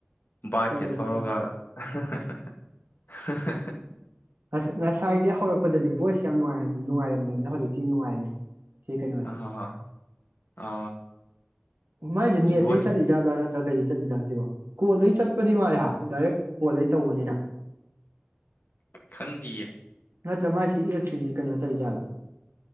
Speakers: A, on the left; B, on the right.
A: ꯕꯥꯏꯛꯀꯤ
B: ꯆꯠꯂꯨꯁꯤ
A: ꯊꯧꯔꯒ <unintelligible>
B: ꯉꯁ ꯉꯁꯥꯏꯗꯤ ꯍꯧꯔꯛꯄꯗꯗꯤ ꯕꯣꯏꯁ ꯌꯥꯝꯅꯨꯡ ꯅꯨꯡꯉꯥꯏꯔꯝꯗꯕꯅꯦ ꯍꯧꯖꯤꯛꯇꯤ ꯅꯨꯡꯉꯥꯏꯅꯦ ꯁꯤ ꯀꯩꯅꯣꯁꯦ
A: ꯑ ꯑ
B: ꯃꯥꯏꯁꯦ ꯅꯦꯠꯇꯩꯒꯤ
A: ꯚꯣꯏꯁ
B: ꯆꯠꯂꯤ ꯖꯥꯠꯂꯥ ꯅꯠꯇ꯭ꯔꯥ ꯀꯩꯔꯤꯁꯦ ꯆꯠꯂꯤ ꯆꯪꯁꯤꯦꯕ ꯀꯣꯜꯗꯩ ꯆꯠꯄꯗꯤ ꯃꯥꯜꯂꯦ ꯗꯥꯏꯔꯦꯛ ꯀꯣꯜꯗꯩ ꯇꯧꯕꯅꯤꯅ
A: ꯈꯪꯗꯤꯌꯦ
B: ꯅꯠꯇ꯭ꯔ ꯃꯥꯏ ꯁꯤ ꯑꯦꯞꯁꯤꯁꯤ ꯀꯩꯅꯣ ꯇꯧꯔꯤꯖꯥꯠꯂꯥ